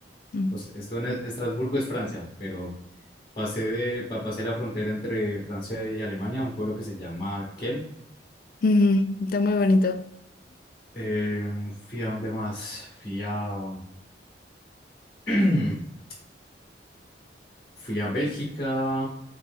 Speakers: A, on the left; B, on the left.
A: Mm.
B: Pues estuve en Estrasburgo es Francia, pero pasé de, pa- pasé la frontera entre Francia y Alemania, a un pueblo que se llama Kiel.
A: Ujú, está muy bonito.
B: Eh, fui a dónde más, fui a, <clears throat> Fui a Bélgica